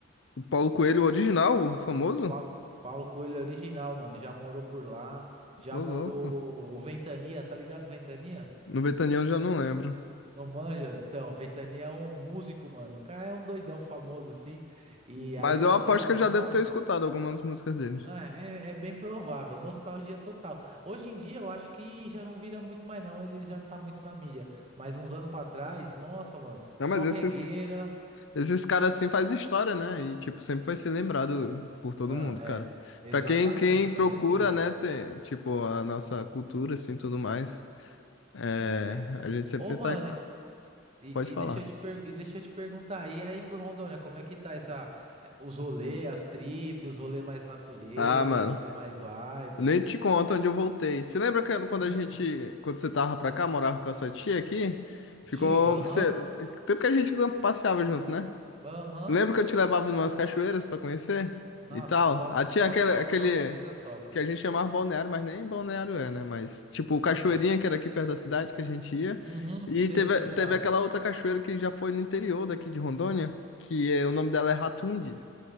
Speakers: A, on the left (about 65°); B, on the right (about 30°).
A: O Paulo Coelho original, o famoso?
B: O Paulo, Paulo Coelho é original, mano. Já morou por lá, já
A: Ô,
B: morou
A: louco.
B: o Ventania, tá ligado, Ventania?
A: No Betaniano eu já não lembro.
B: Não manja? Então, Ventania é um músico, mano. O cara é um doidão famoso, assim. E
A: Mas
B: aí o
A: eu
B: bagulho,
A: aposto que
B: nossa.
A: eu já devo ter escutado algumas músicas dele.
B: Ah, é, é bem provável, nostalgia total. Hoje em dia eu acho que já não vira muito mais não, ele já não tá muito na mídia. Mas uns anos pra trás, nossa, mano,
A: Não,
B: só
A: mas esses,
B: regueira.
A: esses caras assim faz história, né? E, tipo, sempre vai ser lembrado por todo
B: Não,
A: mundo,
B: é,
A: cara.
B: exatamente,
A: Pra quem, quem
B: só
A: procura,
B: regueira.
A: né, ter, tipo, a nossa cultura, assim, tudo mais, é,
B: É.
A: a gente sempre
B: Ô,
A: tenta...
B: mano, e,
A: Pode falar.
B: e deixa eu te per- e deixa eu te perguntar, e aí por Rondônia, como é que tá essa, eh, os rolê, as tripes, os rolê mais natureza,
A: Ah, mano.
B: os rolê mais vibe?
A: Nem te conto onde eu voltei. Você lembra que quando
B: Hum,
A: a gente, quando você tava pra cá, morava com a sua tia aqui? Ficou,
B: diga,
A: você,
B: aham,
A: tempo que a gente passeava junto, né?
B: aham.
A: Lembra que eu te levava numas cachoeiras pra conhecer
B: Nossa,
A: e tal?
B: top,
A: Ah, tinha
B: só,
A: aquele,
B: só,
A: aquele
B: só coisa top.
A: que a gente chamava balneário, mas nem balneário é, né? Mas tipo, cachoeirinha
B: Hum.
A: que era aqui perto da cidade que a gente ia.
B: Uhum,
A: E
B: sei,
A: teve,
B: tô ligado.
A: teve aquela outra cachoeira que já foi no interior daqui de Rondônia, que é, o nome dela é Ratundi.